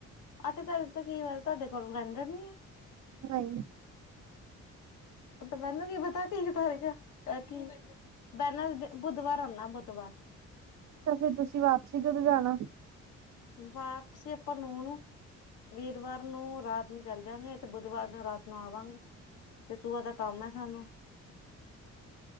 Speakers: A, on the left; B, on the right.
A: ਅੱਠ ਦਾ ਕਈ ਵਾਰ ਤੁਹਾਡੇ ਕੋਲ ਰਹਿੰਦਾ ਨੀ ਆ।
B: ਨਈ।
A: ਤੇ ਮੈਨੂੰ ਕੀ ਪਤਾ ਕੀ ਤਾਰੀਕ ਕੀ ਮੈਂ ਬੁੱਧਵਾਰ ਆਉਂਨਾ ਬੁੱਧਵਾਰ।
B: ਤਾਂ ਫੇਰ ਤੁਸੀਂ ਵਾਪਸੀ ਕਦੋਂ ਜਾਣਾ?
A: ਵਾਪਸੀ ਆਪਾਂ ਨੋ ਨੂੰ। ਵੀਰਵਾਰ ਨੂੰ ਰਾਤ ਨੂੰ ਚੱਲ ਜਾਗੇ ਤੇ ਬੁੱਧਵਾਰ ਨੂੰ ਰਾਤ ਨੂੰ ਆਵਾਂਗੇ। ਤੇ ਸੂਭਾ ਦਾ ਕੰਮ ਐ ਸਾਨੂੰ।